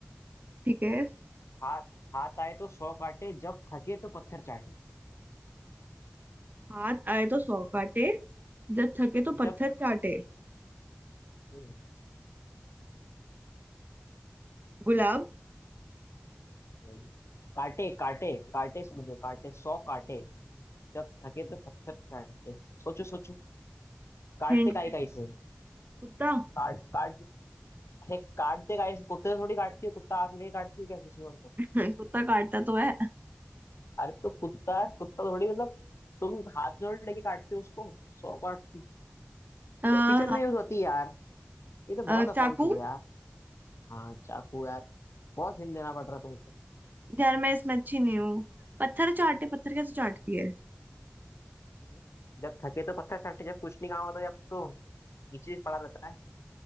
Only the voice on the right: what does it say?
ठीक है
हाथ आए तो सौ काटे जब थके तो
पत्थर चाटे
गुलाब
हिंट
कुत्ता
<laughs> कुत्ता काटता तो है
अ,
हाँ,
अ,
चाकू
यार मैं इसमें अच्छी नहीं हूँ पत्थर चाटे पत्थर कैसे चाटती है